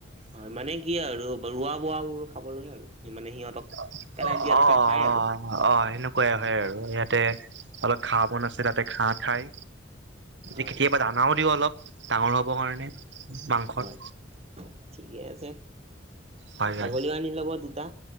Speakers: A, on the right; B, on the right.
A: হয়, মানে কি আৰু ৰোৱা - বোৱা - বোৰ খাবলৈ আৰু মানে সিহঁতক',
B: অ',
A: পেলাই দিয়াতছে
B: -অ', -অ',
A: খাই আৰু
B: -অহ', অ', - অ', সেনেকুৱাই হয় আৰু ইয়াতে, অলপ ঘাঁহ বন আছে তাতে ঘাঁহ খাই',
A: হয়
B: এ কে', -কেতিয়াবা দানাও দিওঁ অলপ, ডাঙৰ হ'বৰ কাৰণে, উম', মাংসৰ',
A: হয় ঠিকে আছে,
B: হয়
A: ছাগলীও
B: হয়
A: আনি ল'ব দুটা',